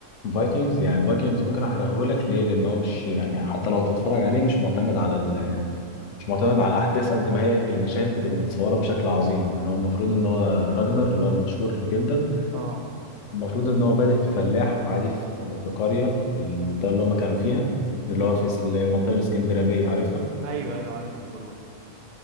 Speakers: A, on the left; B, on the right.
A: فايكنجز يعني فايكنجز ممكن احرقه لك ليه لان هو مش يعني حتى لو هتتفرج عليه مش معتمد على مش معتمد على الاحداث قد ما هي المشاهد بتبقى متصوره بشكل عظيم يعني هو المفروض ان هو راجنر اللي هو المشهور جدا
B: اه
A: المفروض ان هو بادئ في فلاح عادي في في قريه المنطقه اللي هم كانوا فيها
B: تمام
A: اللي هو في ال- المنطقه الاسكندنافيه عارفها
B: ايوه ايوه عارفهم كلهم